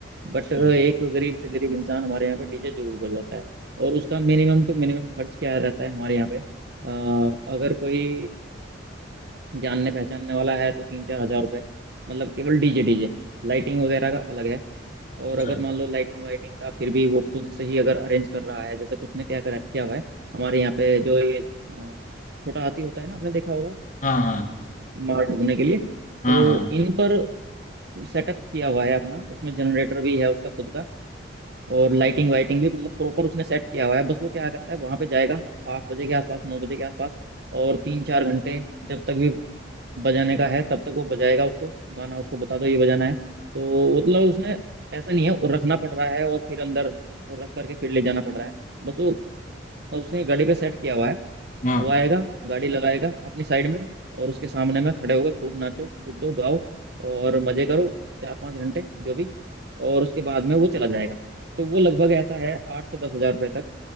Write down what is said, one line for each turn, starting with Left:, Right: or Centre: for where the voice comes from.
Right: बट
Left: अच्छा
Right: एक गरीब से गरीब इंसान हमारे यहाँ पे डीजे जरूर बजवाता है और उसका मिनिमम टू मिनिमम खर्च क्या रहता है हमारे यहाँ पे अ, अगर कोई जानने पहचानने वाला है तो तीन चार हजार रुपये मतलब केवल डीजे डीजे लाइटिंग वगैरह का अलग है और
Left: अच्छा
Right: अगर मान लो लाइटिंग वाइटिंग का फिर भी वो खुद से ही अगर अरेंज कर रहा है जैसे कुछ ने क्या करा क्या हुआ है हमारे यहाँ पे जो ये अ, छोटा हाथी होता है ना आपने देखा होगा
Left: हाँ हाँ
Right: माल ढोने के लिए
Left: हाँ,
Right: तो
Left: हाँ,
Right: इन पर सेटअप किया हुआ है अपना उसमें जनरेटर भी है उसका खुद का और लाइटिंग
Left: हाँ,
Right: वाइटिंग भी मतलब प्रॉपर उसने सेट किया हुआ है बस वो क्या करता है वहां पे जाएगा आठ बजे के आसपास नौ बजे के आसपास और तीन चार घंटे जब तक भी बजाने का है तब तक वो बजाएगा उसको गाना उसको बता दो ये बजाना है तो मतलब उसने ऐसा नहीं है वो रखना पड़ रहा है और फिर अंदर रख करके फिर ले जाना पड़ रहा है बस वो उसने गाड़ी पे सेट किया हुआ है
Left: हाँ,
Right: वो आएगा गाड़ी लगाएगा अपनी साइड में और उसके सामने में खड़े होकर खूब नाचो कूदो गाओ और मजे करो चार पांच घंटे जो भी और उसके बाद में वो चला जाएगा तो वो लगभग ऐसा है आठ से दस हजार रुपये तक